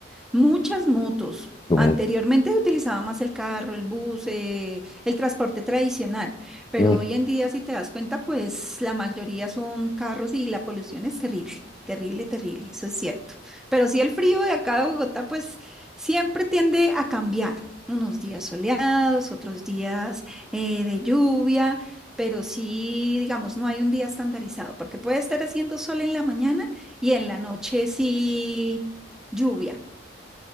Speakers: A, in the centre; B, on the left.
A: Muchas motos.
B: yo
A: Anteriormente
B: mucho.
A: se utilizaba más el carro, el bus, eh, el transporte tradicional, pero
B: Mm,
A: hoy en día, si te das cuenta, pues la mayoría son carros y la polución es terrible, terrible, terrible, eso es cierto. Pero sí el frío de acá de Bogotá, pues siempre tiende a cambiar, unos días soleados, otros días eh, de lluvia, pero sí, digamos, no hay un día estandarizado, porque puede estar haciendo sol en la mañana y en la noche sí lluvia.